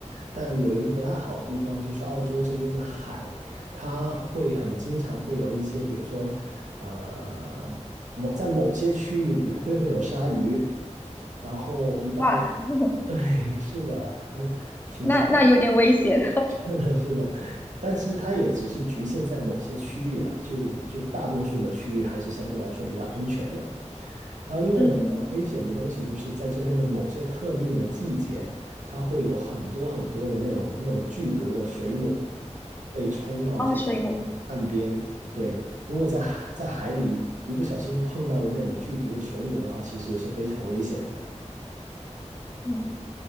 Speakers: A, on the right; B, on the left.
A: 但有一个不太好的地方，就是澳洲这边的海。它会很经常会有一些，比如说，呃，某在某些区域比会会有鲨鱼，然后一到，
B: 哇，<laughs>
A: <laughs> 对，是的，很挺吓
B: 那那有点危险。
A: <laughs> 是的，是的，但是它也只是局限在某些区域啦，就就大多数的区域还是相对来说比较安全的。还有另外一种比较危险的东西，
B: <laughs> 嗯，
A: 就是在这边的某些特定的季节，它会有很多很多的那种那种剧毒的水母被冲到这种岸边。
B: 哦，水母。
A: 对，如果在海在海里一不小心碰到了那种剧毒的水母的话，其实也是非常危险的。
B: 嗯